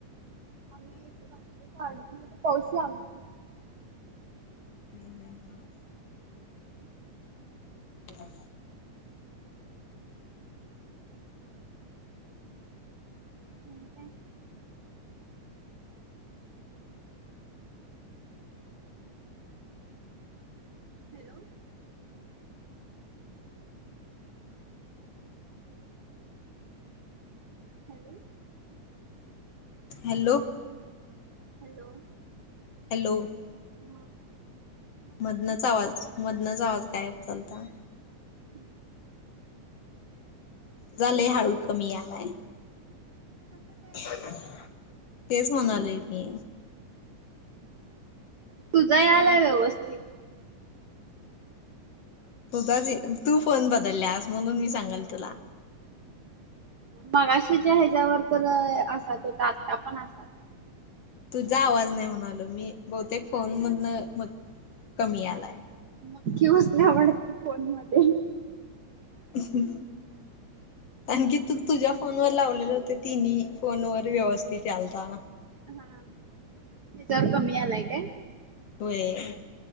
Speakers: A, on the right (about 60°); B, on the left (about 60°).
A: आम्ही इकडे घातले <unintelligible> तर पाऊस लागत नाही
B: हम्म हम्म हम्म. ह
A: <inaudible> hello! Hello!
B: Hello!
A: Hello!
B: Hello!
A: हा.
B: मधनच आवाज मधनाच आवाज गायब झालता
A: हं
B: झाले हळू कमी यालाय. काय झाल? तेच होऊन झालंय की.
A: तुझा यालाय व्यवस्थित.
B: <unintelligible> तू फोन बदलल्यास म्हणून मी सांगल तुला
A: मगाशी ज्या ह्याच्या्वर तर असात होतात आता पण असात
B: तुझा आवाज नाही म्हणालो मी बहुतेक फोन मधन म कमी आलाय
A: मक्की घुसला वाटते फोन मध्ये
B: ह आणखी तू तुझ्या फोनवर लावलेले होते तिन्ही फोन वर व्यवस्थित यालता
A: हा त्याच्यावर कमी आलाय काय?
B: होय.